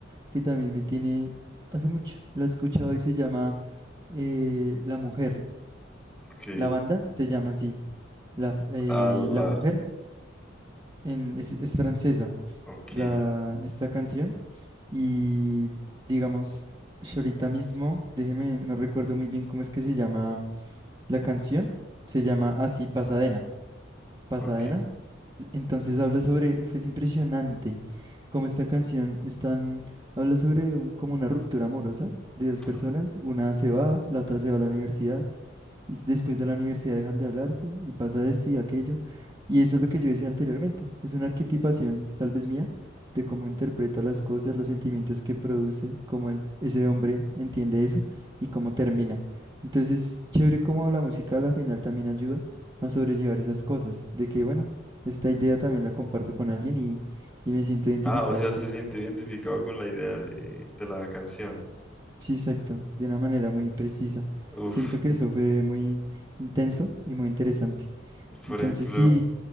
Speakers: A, on the right (about 25°); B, in the centre.
A: que también me tiene hace mucho. La he escuchado y se llama eh, La Mujer.
B: Ok.
A: La banda se llama así. La, f- eh,
B: A la...
A: La Mujer en, es, es francesa,
B: Ok,
A: la, esta canción. Y digamos, yo ahorita mismo, déjeme, no recuerdo muy bien cómo es que se llama la canción. Se llama así Pasadena. Pasadena
B: ok.
A: Entonces habla sobre, uf, es impresionante cómo esta canción están, habla sobre un- como una ruptura amorosa de dos personas,
B: Ah,
A: una se va, la otra se va a la universidad y s- después de la universidad dejan de hablarse y pasa esto y aquello. Y eso es lo que yo decía anteriormente, es una arquetipación tal vez mía de cómo interpreto las cosas, los sentimientos que produce, cómo en- ese hombre entiende eso y cómo termina. Entonces, chévere cómo la música a la final también ayuda a sobrellevar esas cosas, de que bueno, esta idea también la comparto con alguien y, y me siento identificado
B: Ah, o sea,
A: con...
B: usted se siente identificado con la idea de, de la canción.
A: Sí, exacto, de una manera muy precisa.
B: Uf,
A: Siento que eso fue muy intenso y muy interesante.
B: por
A: Entonces
B: ejemplo,
A: sí,